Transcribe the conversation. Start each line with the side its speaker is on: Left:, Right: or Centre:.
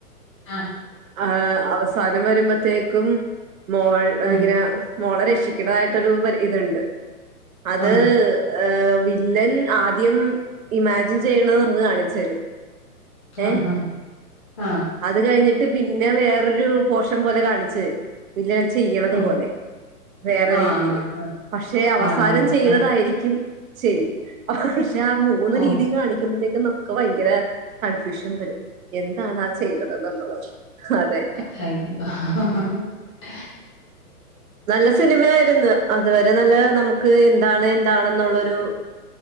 Left: ആഹ്
Right: അ ഏഹ് അവസാനം വരുമ്പോത്തേക്കും മോൾ
Left: ഉം
Right: ഇങ്ങനെ മോളെ രക്ഷിക്കണ്ടതായിട്ടൊരു ഇതുണ്ട് അത്
Left: ആ
Right: ഏഹ് വില്ലൻ ആദ്യം ഇമാജിൻ ചെയ്യുന്നത് നമുക്ക് കാണിച്ചു തരും
Left: ആ
Right: ഏഹ്
Left: ആ ആ
Right: അത് കഴിഞ്ഞി പിന്നെ വേറൊരു പോഷൻ പോലെ കാണിചേ <unintelligible> ചെയ്യണതു
Left: ഉം
Right: പോലെ വേറെ
Left: ആ
Right: രീതിൽ
Left: ആ ആ
Right: പക്ഷെ അവസാനം
Left: ഓ അങ്ങനെ
Right: ചെയ്യുന്നതായിരിക്കും
Left: ആ
Right: ശരി പക്ഷെ ആ മൂന്ന്
Left: ഓ
Right: രീതിയും കാണിക്കുമ്പേത്തെ നമക്ക് ഭയങ്കര കൺഫ്യൂഷൻ <unintelligible> വരും എന്താണ് ആ ചെയ്തത് എന്നുള്ളത്
Left: അ
Right: അതെ നല്ല സിനിമയായിരുന്നു അതുവരെ നല്ല നമുക്ക് എന്താണ് എന്താണെന്നുള്ളരു